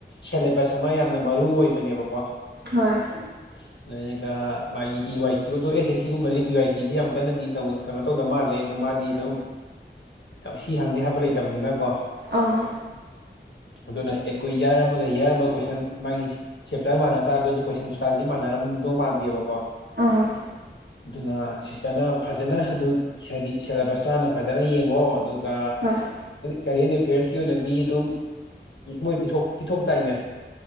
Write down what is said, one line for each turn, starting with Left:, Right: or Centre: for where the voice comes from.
Left: ꯁꯦꯂꯦꯕꯁ ꯑꯃ ꯌꯥꯝꯅ ꯃꯔꯨ ꯑꯣꯏꯕꯅꯦꯕꯀꯣ
Right: ꯍꯣꯏ
Left: <inaudible> ꯑꯗꯨꯒ ꯃꯥꯒꯤ ꯄꯤ ꯋꯥꯏ ꯀꯌꯨ ꯗꯣ ꯑꯦꯁ ꯑꯦꯁ ꯁꯤꯒꯨꯝꯕꯗꯤ ꯄꯤ ꯋꯥꯏ ꯀꯌꯨ ꯌꯥꯝ ꯀꯟꯅꯗꯤ ꯀꯩꯅꯣ ꯇꯧꯗ ꯃꯥꯜꯂꯦ ꯑꯗꯨ ꯃꯥꯗꯤ ꯑꯗꯨꯝ ꯁꯤ ꯍꯪꯅꯤ ꯍꯥꯏꯕ ꯂꯩꯇꯕꯅꯤꯅꯀꯣ
Right: ꯑꯥ
Left: ꯑꯗꯨꯅ ꯑꯦꯀꯨ ꯌꯥꯔ ꯃꯒ ꯌꯥꯔ ꯃꯒ ꯀꯣꯏꯁꯟ ꯃꯥꯒꯤ ꯆꯦꯞꯇꯔ ꯃꯥꯟꯅ ꯇꯥꯔꯒꯁꯨ ꯀꯣꯏꯁꯟ ꯏꯁꯇꯥꯏꯜꯗꯤ ꯃꯥꯟꯅꯔꯝꯗꯧ ꯃꯥꯟꯗꯦꯕꯀꯣ
Right: ꯑꯥ
Left: ꯑꯗꯨꯅ ꯁꯤꯁꯇꯔꯅ ꯐꯖꯅ ꯑꯗꯨ ꯍꯥꯢꯗꯤ ꯁꯦꯂꯦꯕꯁ ꯇꯣ ꯍꯥꯟꯅ ꯐꯖꯅ ꯌꯦꯡꯉꯣ ꯑꯗꯨꯒ
Right: ꯍꯣꯏ
Left: ꯀꯔꯦꯟ ꯑꯦꯐꯤꯌꯔꯁꯀꯤ ꯑꯣꯏꯅꯗꯤ ꯑꯗꯨꯝ ꯃꯣꯏ ꯄꯤꯊꯣꯛ ꯄꯤꯊꯣꯛꯇꯥꯏꯅꯦ